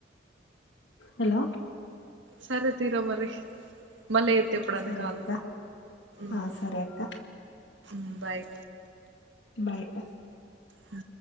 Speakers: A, on the left; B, on the right.
A: హలో
B: సరే తీర మరి మళ్ళ ఎతేప్పుడనే
A: సరే
B: కాల్
A: అక్క
B: మ్
A: ఆ సరే అక్క
B: మ్ బాయ్
A: బయక్క
B: హ